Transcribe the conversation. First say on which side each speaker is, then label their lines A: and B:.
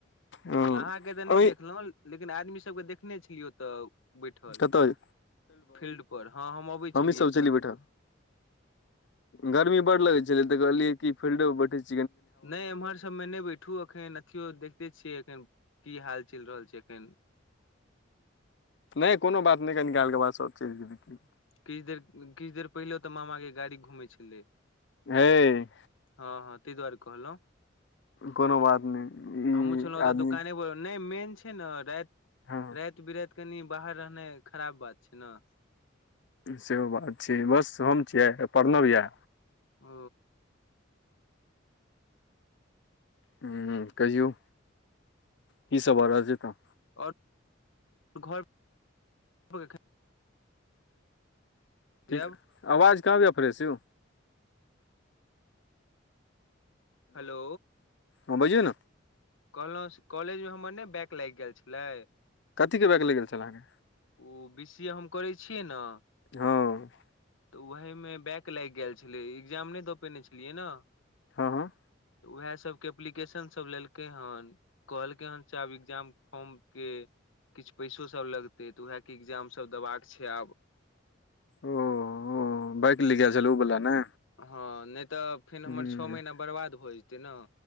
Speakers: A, on the left; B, on the left.
A: हूं
B: अहाँ के तऽ नय
A: ओहि
B: देखलो लेकिन आदमी सबके देखने छलियौ ओतऽ बैठल
A: कतऽ
B: फील्ड पर हँ हम अबै
A: हमहीं
B: छलियै
A: सब
B: तखन
A: छेलियै बैठल गर्मी बड़ लगे छल तऽ कहलियै क फील्डो पर बैठे छै
B: नै एम्हर सभमे नै बैठू एखन अथियो देखते छियै एखन की हाल चैल रहल छै एखन
A: नै कोनो बात नै कनी काल केऽ बाद सभ चैल जेबै
B: किछ देर किछ देर पहिले तऽ मामा के गाड़ी घूमै छलै
A: हैय
B: हँ हँ तै दुआारे कहलौ
A: कोनो बात नहि ई
B: हमहु छलौतऽ
A: आदमी
B: दुकान पर नहि मेन छै छै ने
A: हँ
B: रैत बीरैत कनि बाहर रहनाइ खराब बात छै ने
A: सेहो बात छै बस हम छियै प्रणव ये
B: ओ
A: ह कहियौ की सब भ रहल छै तऽ
B: आओर घर पर एखन जायब
A: की आवाज कहाँब अबै य फ्रेश यौ
B: हेलो।
A: हँ बजियौ ने
B: कहलहुँ कॉलेज मे हमर ने बैक लैग गेल छलै
A: कथी के बैक लैग गेल छलहाँके
B: ओ बी सी ए हम करै छियै। ने
A: हँ
B: तऽ ओह मे बैक लैग गेल छलै। एग्जाम नै दऽ पेने छलियै ने।
A: हँ हँ।
B: तऽ उहे सभके एप्लीकेशन सभ लेलकै हन। कहलकै हन से आब एकग्जाम फॉर्म के किछ पैसो सब लगतै। तऽ उएहके एग्जाम सब देबाक छै। आब
A: ओ ओ बैक लैग छल। ओ बला ने
B: हँ नै तऽ फेर
A: ह
B: हमर छ महीना बर्बाद भ जेतै ने।